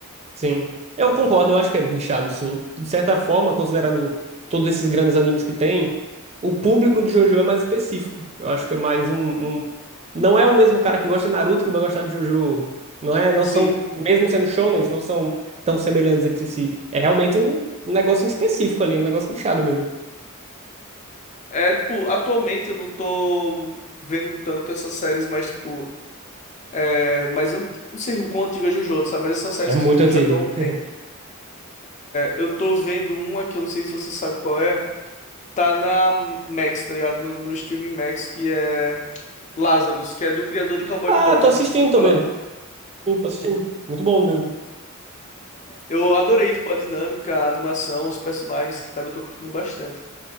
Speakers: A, on the right (about 30°); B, on the left (about 35°).
A: Sim. Eu concordo, eu acho que é nichado, sim. De certa forma, considerando todos esses grandes animes que tem, o público de JoJo é mais específico. Eu acho que é mais um, um- Não é o mesmo cara que gosta de Naruto que vai gostar de JoJo. Não é? Não
B: Sim.
A: são, mesmo sendo shonens, não são tão semelhantes entre si. É realmente um um negócio em específico ali, um negócio nichado mesmo.
B: É, tipo, atualmente eu não tô vendo tanto essas séries mais, tipo, é, mais, ant- não sei o quão antiga é JoJo, sabe? Mas essas séries
A: É muito
B: que, tipo,
A: antigo.
B: já estão
A: <laughs>
B: Eu tô vendo uma que eu não sei se você sabe qual é. Tá na Max, tá ligado? No, no streaming Max, que é Lazarus, que é do criador de Cowboy
A: Ah,
B: Bebop.
A: tô assistindo
B: eu Não sei se você vai
A: também.
B: falar.
A: Sim, tô assistindo. Muito bom mesmo.
B: Eu adorei, tipo, a dinâmica, a animação, os personagens, sabe? Eu tô curtindo bastante.